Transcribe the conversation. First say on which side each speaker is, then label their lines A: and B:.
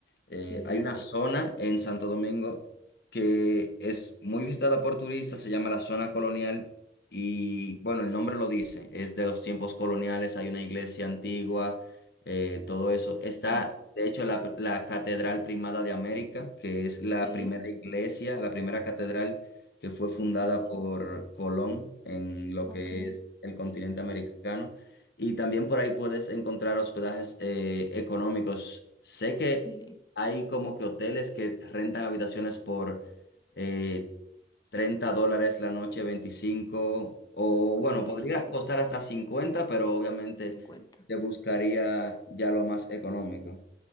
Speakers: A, on the left; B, on the left.
A: eh,
B: sí,
A: hay una zona en Santo Domingo que es muy visitada por turistas, se llama la zona colonial y bueno, el nombre lo dice, es de los tiempos coloniales, hay una iglesia antigua, eh, todo eso. Está,
B: bueno,
A: de hecho, la, la Catedral Primada de América, que es la
B: sí,
A: primera iglesia, la primera catedral que fue fundada
B: iglesia.
A: por Colón en lo
B: Ok,
A: que es el continente americano. Y también por ahí puedes encontrar hospedajes eh, económicos. Sé que
B: listo.
A: hay como que hoteles que rentan habitaciones por eh, 30 dólares la noche, 25 o
B: Ok,
A: bueno, podría costar hasta 50, pero obviamente
B: 50.
A: te buscaría ya lo más económico.